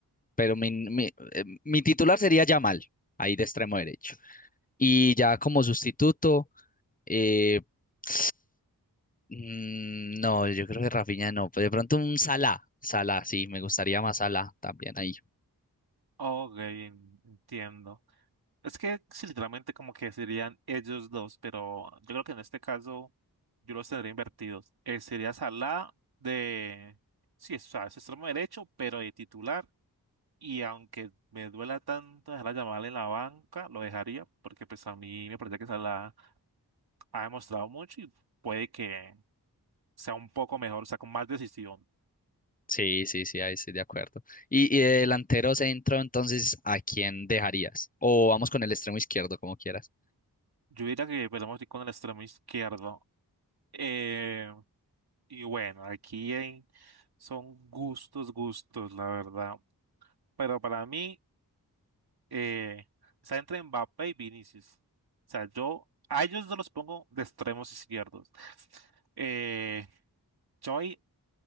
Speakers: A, on the left; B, on the right.
A: pero mi, mi, eh, mi titular sería Yamal, ahí de extremo derecho. Y ya como sustituto, eh, <sighs> mm, no, yo creo que Rafinha no, pero de pronto un Salah, Salah, sí, me gustaría más Salah también ahí.
B: Ok, en- entiendo. Es que sí, literalmente como que serían ellos dos, pero yo creo que en este caso yo los tendría invertidos. Eh, sería Salah de, sí, es, o sea, es extremo derecho, pero de titular. Y aunque me duela tanto dejar a Yamal en la banca, lo dejaría, porque pues a mí me parece que Salah ha demostrado mucho y puede que sea un poco mejor, o sea, con más decisión.
A: Sí, sí, sí, ahí estoy de acuerdo. Y, y de delantero centro, entonces, ¿a quién dejarías? O vamos con el extremo izquierdo, como quieras.
B: Yo diría que podemos ir con el extremo izquierdo. Eh, Y bueno, aquí hay- son gustos, gustos, la verdad. Pero para mí, eh, está entre Mbappé y Vinicius. O sea, yo a ellos no los pongo de extremos izquierdos. Eh, yo i-